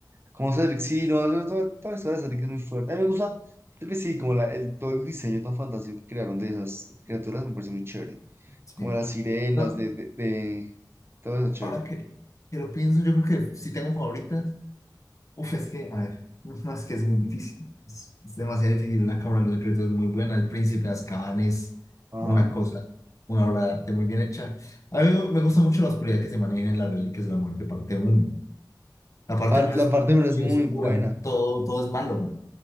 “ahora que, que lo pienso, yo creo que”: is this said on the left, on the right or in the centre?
Left